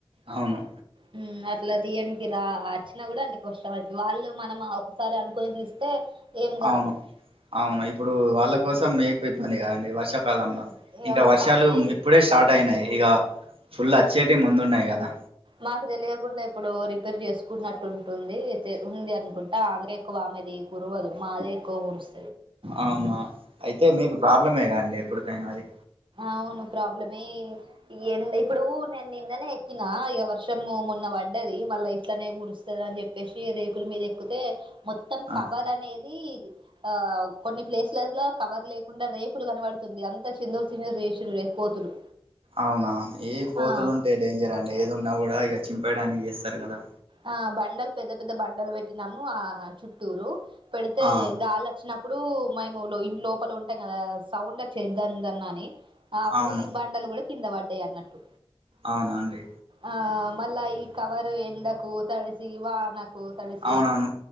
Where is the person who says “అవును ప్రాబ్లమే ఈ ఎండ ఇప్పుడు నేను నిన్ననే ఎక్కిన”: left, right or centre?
Right